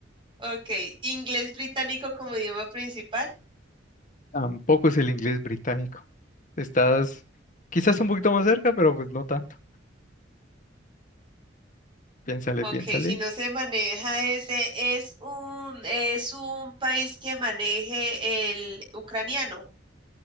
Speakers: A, on the right (about 25°); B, on the left (about 40°).
A: Ok, inglés británico como idioma principal.
B: Tampoco es el inglés británico. Estás quizás un poquito más cerca, pero pues no tanto. Piénsale,
A: Ok,
B: piénsale.
A: si no se maneja ese, es un, es un país que maneje el ucraniano.